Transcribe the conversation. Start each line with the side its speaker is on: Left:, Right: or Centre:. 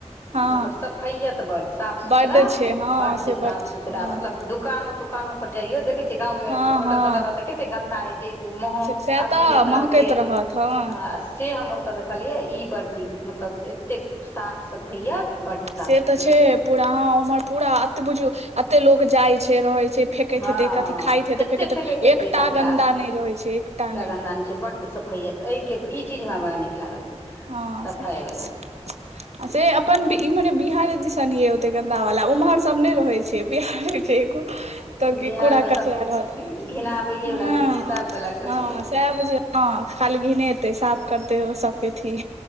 Right: हँ
Left: मतलब सफैअत बड साफ-सुथरा
Right: बड्ड छै हँ
Left: बड्ड
Right: से
Left: साफ
Right: बड
Left: सुथरा
Right: हँ
Left: मतलब दुकानो-तुकानो पर जाइयो देखैय छियै गाममे
Right: हँ
Left: होटल-तोटल
Right: हँ
Left: रहत त कते गन्दा रहैय छैय जे महक
Right: सएह
Left: अजीबे
Right: तऽ
Left: तरहके
Right: महकैत रहत हँ
Left: आ से हम ओतऽ देखलियै इ बड नीक मतलब एतेक साफ-सफैयत बड्ड। साफ
Right: से
Left: सफैयत
Right: त छैहे पूरा हं उम्हर पूरा एते बुझियौ एते लोक जाय छैय रहैय छैय फेकैत
Left: हँ
Right: हेतैय कथी
Left: हँ
Right: खाइत हेतै
Left: कते
Right: फेकैत हेतय
Left: हेतै
Right: एकटा
Left: कचरा
Right: गन्दा नय रहैय छैय एकटा नय।
Left: गन्दा नहि बड्ड सफैअत एहिके इ चीज हमरा बड नीक लागल।
Right: हँ
Left: सफाइ
Right: से-से।
Left: वला
Right: आ से अपन इम्हरे बिहारे दिसन यै ओते गन्दा वला उम्हर सब नय रहैय छैय। बिहारे छैय एगो त
Left: बिहारमे
Right: कि कूड़ा-कचरा
Left: सब
Right: रहत
Left: घिनाबैये
Right: हँ।
Left: वला रहै छै सब वला कोइ
Right: हँ
Left: नहि रहै
Right: सएह
Left: छै
Right: बुझियौ हँ खाली घिनैतय साफ करतैय ओ सब केथी।